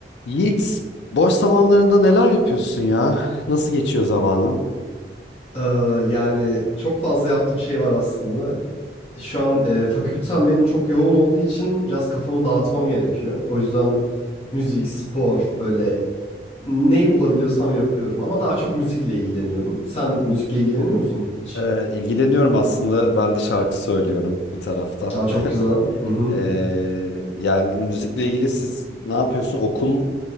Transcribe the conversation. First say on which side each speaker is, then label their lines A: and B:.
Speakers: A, on the left; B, on the left.
A: Yiğit, boş zamanlarında neler yapıyorsun ya? Nasıl geçiyor zamanın?
B: Ee, yani çok fazla yaptığım şey var aslında. Şu an e, fakültem benim çok yoğun olduğu için biraz kafamı dağıtmam gerekiyor. O yüzden müzik, spor böyle neyi bulabiliyorsam yapıyorum. Ama daha çok müzikle ilgileniyorum. Sen müzikle ilgileniyor musun hiç?
A: Ee, ilgileniyorum aslında. Ben de şarkı söylüyorum bir taraftan.
B: Aa, çok
A: <laughs>
B: güzel. Hı hı.
A: Ee, yani müzikle ilgili siz ne yapıyorsun? Okulla